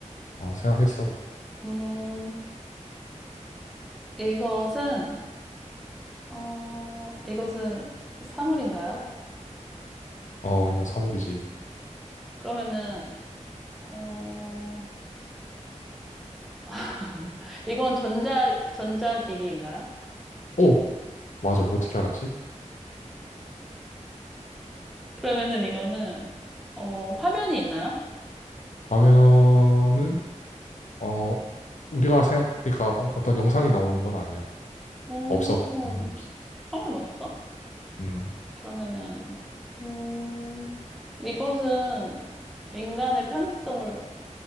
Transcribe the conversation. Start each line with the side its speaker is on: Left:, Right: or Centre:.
Left: 어, 생각했어.
Centre: 음, 이것은, 어, 이것은 사물인가요?
Left: 어, 이건 사물이지.
Centre: 그러면은, 어, <laughs> 이건 전자, 전자기기인가요?
Left: 오! 맞아. 어떻게 알았지?
Centre: 그러면은 이거는, 어, 화면이 있나요?
Left: 라면은 어, 우리가 생각하니까 어- 어떤 영상이 나오는 건 아니야.
Centre: 음,
Left: 없어. 당연히 없어.
Centre: 상관없어?
Left: 음,
Centre: 그러면은, 음, 이것은 인간의 편의성을